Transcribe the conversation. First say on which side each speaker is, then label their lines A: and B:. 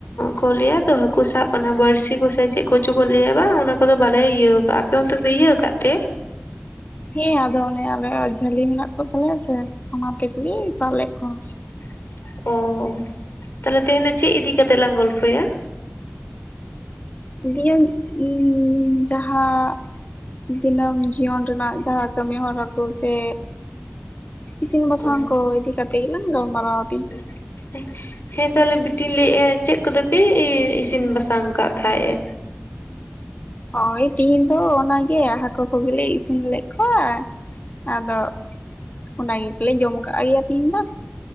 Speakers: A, on the left (about 70°); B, on the left (about 45°).
A: ᱠᱚ ᱞᱟᱹᱭᱟ ᱛᱚ ᱦᱟᱠᱩ ᱥᱟᱵ ᱚᱱᱟ ᱵᱟᱹᱲᱥᱤ ᱠᱚᱥᱮ ᱪᱮᱫ ᱠᱚᱪᱚ ᱠᱚ ᱞᱟᱹᱭᱟ ᱵᱟᱝ ᱚᱱᱟ ᱟᱫᱚ ᱵᱟᱞᱮ ᱤᱭᱟᱹ ᱠᱟᱜ-ᱟ ᱾ ᱟᱯᱮ ᱚᱱᱛᱮ ᱯᱮ ᱤᱭᱟᱹ ᱟᱠᱟᱫ ᱛᱮ?
B: ᱦᱮᱸ ᱟᱫᱚ ᱚᱱᱮ ᱟᱞᱮᱭᱟᱜ ᱡᱷᱟᱹᱞᱤ ᱢᱮᱱᱟᱜ ᱠᱚ ᱛᱟᱞᱮᱭᱟ ᱥᱮ ᱚᱱᱟ ᱛᱮᱜᱮᱞᱮ ᱥᱟᱫᱞᱵ ᱞᱮᱫ ᱠᱚᱣᱟ ᱾
A: <unintelligible> ᱚ <unintelligible> ᱛᱟᱦᱞᱮ ᱛᱮᱦᱮᱧ ᱫᱚ ᱪᱮᱫ ᱤᱫᱤ ᱠᱟᱛᱮ ᱞᱟᱝ ᱜᱚᱞᱯᱷᱚᱭᱟ?
B: ᱫᱤᱭᱟᱹᱝ ᱤᱸᱻ ᱡᱟᱦᱟᱸ ᱫᱤᱱᱟᱹᱢ ᱡᱤᱭᱚᱱ ᱨᱮᱱᱟᱜ ᱡᱟᱦᱟᱸ ᱠᱟᱹᱢᱤ ᱦᱚᱨᱟ ᱠᱚ ᱥᱮ ᱤᱥᱤᱱ ᱵᱟᱥᱟᱝ
A: ᱚ
B: ᱠᱚ ᱫᱤ ᱠᱟᱛᱮ ᱜᱮᱞᱟᱝ ᱜᱟᱞ ᱢᱟᱨᱟᱣᱼᱟ᱾
A: <unintelligible> ᱦᱮᱸ ᱛᱟᱦᱚᱞᱮ ᱵᱤᱴᱤ ᱞᱟᱹᱭᱮᱫᱼᱟ ᱪᱮᱫ ᱠᱚᱫᱚᱯᱮ ᱤᱥᱤᱱ ᱵᱟᱥᱟᱝ ᱟᱠᱟᱫ ᱛᱟᱦᱮᱸᱫ ᱮ?
B: ᱦᱚᱭ ᱛᱤᱦᱤᱧ ᱫᱚ ᱚᱱᱟᱜᱮ ᱦᱟᱹᱠᱩ ᱠᱚᱜᱮᱞᱮ ᱤᱥᱤᱱ ᱞᱮᱜ ᱠᱚᱣᱟ ᱾ ᱟᱫᱚ <unintelligible> ᱚᱱᱟ ᱜᱮᱛᱚᱞᱮ ᱡᱚᱢ ᱠᱟᱜ ᱜᱮᱭᱟ ᱛᱤᱦᱤᱧ ᱫᱚ ᱾